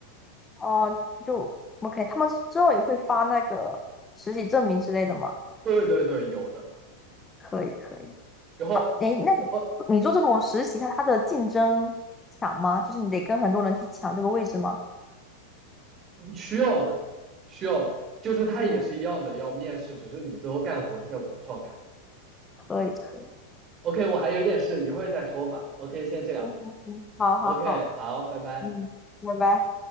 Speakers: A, on the left (about 15°); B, on the right (about 30°).
A: 哦，就 OK，他们之后也会发那个实习证明之类的吗？
B: 对对对，有的。
A: 可以可以。
B: 然后呃
A: 诶，那你你做这种实习，它它的竞争强吗？就是你得跟很多人去抢这个位置吗？
B: 需要的需要就是它也是一样的要面试，
A: 嗯，
B: 只是你最后干活是在网上干。
A: 可以可以，
B: OK，我还有点事，一会儿再说吧。OK，先这样。
A: 行行行，好好好，
B: OK，好，拜拜。
A: 嗯，拜拜。